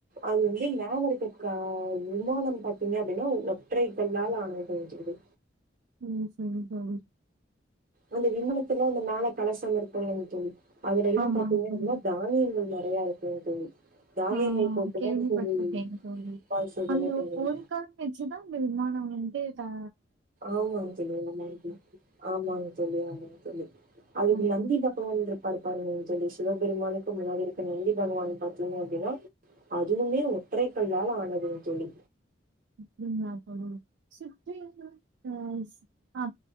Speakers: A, on the right; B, on the right.
A: அது வந்து மேலரக்க கா விமானம் பாத்தீங்க அப்படின்னா ஒற்றைக் கல்லால் ஆனதுங் தோழி
B: ம், சரி தோழி
A: அந்த விமனத்துல அந்த மேல கலசம் இருக்கும்லாங் தோழி அதுல எல்லாம்
B: ஆமாங்க
A: பார்த்தீங்கன்ன
B: தோழி
A: தானியங்கள் நெறையா இருக் தோ தோழி தானியங்கள்
B: ஆ
A: போட்டுதா
B: கேள்வி
A: தோழி
B: பட்டு இருகேன் தோழி
A: பாயாசமே
B: அந்த
A: பண்ணுவாங்க.
B: ஒரு கல் வச்சுதான் அந்த விமானம் வந் கீழ் தா
A: ஆமாங் தோழி ஆமாங் தோழி ஆமாங் தோழி ஆமா தோழி அதுக்கு
B: ஓகே
A: நந்தி பகவான் இருக் பர்ப்பார்ங்க தோழி சிவபெருமானுக்கு முன்னாடி இருக்க நந்தி பகவான் பாத்தீங்க அப்டினா அதுவுமே ஒற்றை கல்லால ஆனதுங் தோழி
B: ம் ம் அப்படு சுற்றி ஆ அ